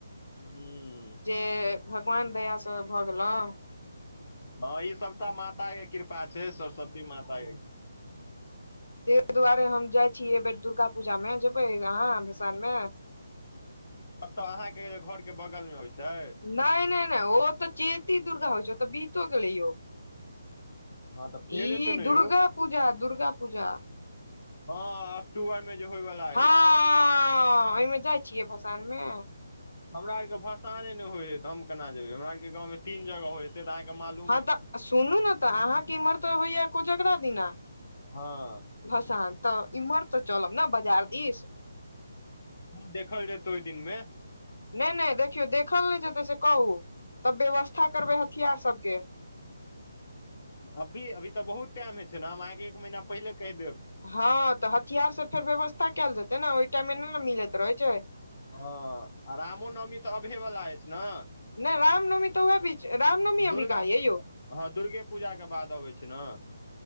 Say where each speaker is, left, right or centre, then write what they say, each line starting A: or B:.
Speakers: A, on the left; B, on the left.
A: हम्म
B: से भगवान दया स भ गेलुओं
A: बाबा जी सबटा माता के कृपा छै सरस्वती माता के।
B: तयि दुआरे हम जाइ छि ऐ बेेर दुर्गा पूजा में जेबै अहाँ भसान मे?
A: कतऽ अहाँके घरके बगलमे होइ छै।
B: नयि -नयि -नयि ओ तऽ चैती दुर्गा होइ छै ओ तऽ बीतो गेलै ओ।
A: हँ तऽ फेर
B: ई
A: एतै ने
B: दुर्गा
A: यौ
B: पूजा -दुर्गा पूजा- -
A: हँ अक्टूबर मे जे होयवला
B: हँ
A: अछि।
B: ओहिमे जाइ छियै भसोन मे
A: हमरा आर के भसाने नहि होइ हय तऽ हम केना जेबै हमरा आर के गाँवं तीन जगह होईए। फेर त अहा के मालु --
B: हँ त सुनू न त, अहाँके इम्हर त होइया कोजगरा दिना
A: हँ।
B: भसान, त इम्हर त चलब नेबजार दिस।
A: देखल जेतौ ओइ दिन मे।
B: नै-नै देखियौ देखल नै जेतै से कहू, तब व्यवस्था करबै हथियार सबके।
A: अभी अभी त बहुत टाइम हइ छै ने हम अहाँके एक महीना पहिले कहि देब।
B: हँ त हथियार सब फेर व्यवस्था कैल जेतै ने ओइ टाइममे नै न मिलैत रहै छै।
A: हँ आ रामो नौमी त अबहे बला अछि न?
B: नै राम नौमी त वैह बीच, रामनौमी
A: दुर्गा
B: अभी कहाँ अइ यौ?
A: हँ दुर्गे पूजाके बाद अबै छै न।